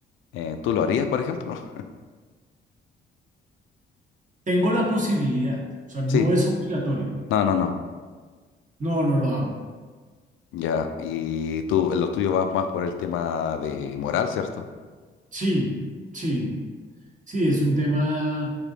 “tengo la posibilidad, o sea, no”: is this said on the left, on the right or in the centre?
Right